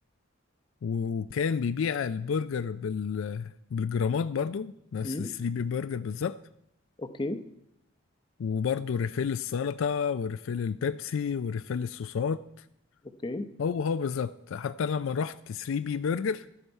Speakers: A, on the left (about 65°); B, on the left (about 20°).
A: و- وكان بيبيع البرجر بال... بالجرامات برضو نفس
B: م?
A: الثري بي برجر بالظبط
B: اوكي
A: وبرضو ريفيل السلطة وريفيل البيبسي وريفيل الصوصات
B: اوكي
A: هو هو بالظبط حتى أنا لما رحت 3 بي برجر